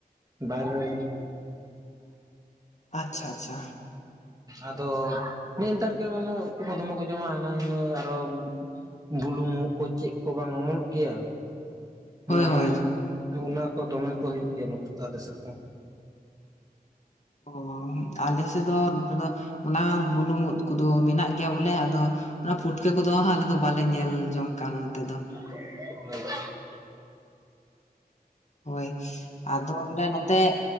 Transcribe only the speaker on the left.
ᱟᱪᱪᱷᱟ ᱟᱪᱪᱷᱟ᱾
ᱦᱳᱭ ᱦᱳᱭ
ᱚ ᱟᱞᱮ ᱥᱮᱫ ᱫᱚ <unintelligible> ᱚᱱᱟ ᱵᱩᱱᱩᱢ ᱩᱫ ᱠᱚᱫᱚ ᱢᱮᱱᱟᱜ ᱜᱮᱭᱟ ᱵᱚᱞᱮ ᱟᱫᱚ ᱚᱱᱟ ᱯᱩᱴᱠᱟᱹ ᱠᱚᱫᱚ ᱟᱞᱮ ᱫᱚ ᱵᱟᱞᱮ ᱧᱮᱞ ᱡᱚᱝᱼᱼ ᱠᱟᱱ ᱛᱮᱫᱚ᱾
ᱦᱳᱭ ᱟᱫᱚ ᱢᱟᱱᱮᱼᱼ ᱛᱮ